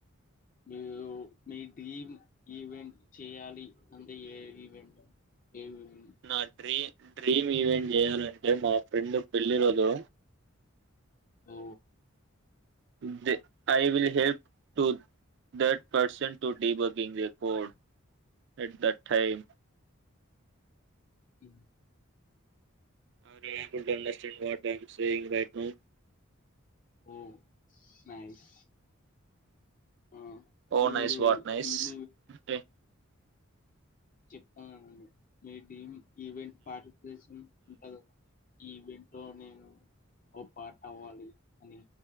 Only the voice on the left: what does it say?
మీరు మీ డ్రీమ్ ఈవెంట్ చేయాలి అంత ఏ ఈవెంట్ ఏ ఈవెంట్
ఓ
ఊ
oh nice ఆ
మీరు
team
చెప్తాలండి మీ dream event participation ఉంటంది event లో నేను ఓ పార్ట్ అవ్వాలి అని